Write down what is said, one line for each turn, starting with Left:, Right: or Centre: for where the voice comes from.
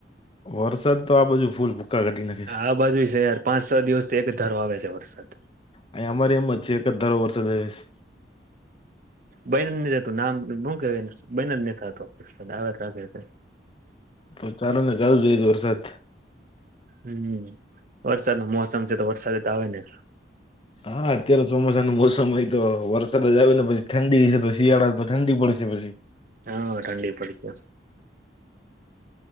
Left: વરસાદ તો આ બધું ફૂલ ફૂક્કા ઘટીને.
Right: આ બાજુ છે યાર પાંચ છ દિવસ થી એક ધર આવે છે વરસાદ
Left: અ અમારી એમ જ છે એક દાર વર્ષ જઈ છે.
Right: બનલધતું નામું કે બનલ નેતા રાગે છે.
Left: તો ચાલો ને ચાલુ જોય વરસાદ
Right: હમ્મ વરસાદ ન મોસમ છે તો વરસાદ તો આવે ને
Left: હા અત્યારે ચોમાસા નું મોસમ હોય તો વર જ આવી ને પછી ઠંડી તો શિયાળા તો ઠંડી પડશે પછી
Right: હા <unintelligible>